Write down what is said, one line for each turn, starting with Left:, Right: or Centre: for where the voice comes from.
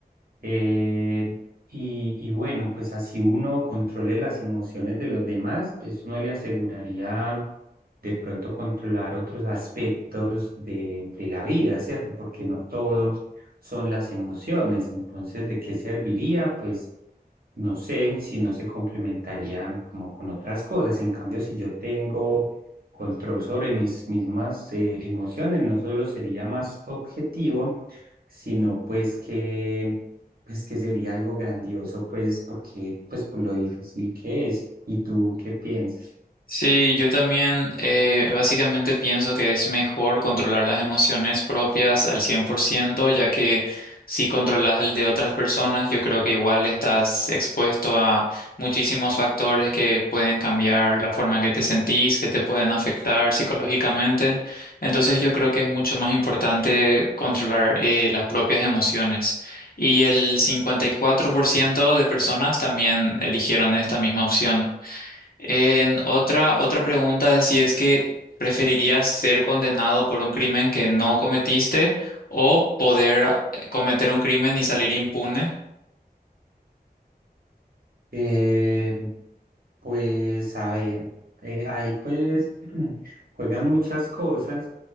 Right: eh, y, y bueno, pues así uno controle las emociones de los demás, pues uno le aseguraría de pronto controlar otros aspectos de, de la vida, ¿cierto? Porque no todo son las emociones. Entonces, ¿de qué serviría? Pues no sé si no se complementarían como con otras cosas. En cambio, si yo tengo control sobre mis mismas eh, emociones, no solo sería más objetivo, sino pues que pues que sería algo grandioso, pues porque pues por lo difícil que es. ¿Y tú qué piensas?
Left: Sí, yo también eh, básicamente pienso que es mejor controlar las emociones propias al 100%, ya que si controlas el de otras personas, yo creo que igual estás expuesto a muchísimos factores que pueden cambiar la forma en que te sentís, que te pueden afectar psicológicamente. Entonces yo creo que es mucho más importante controlar eh, las propias emociones. Y el 54% de personas también eligieron esta misma opción. En otra, otra pregunta es si es que preferirías ser condenado por un crimen que no cometiste o poder ah, cometer un crimen y salir impune.
Right: Eh, Pues a ver, eh, ahí pues <clears throat> juegan muchas cosas.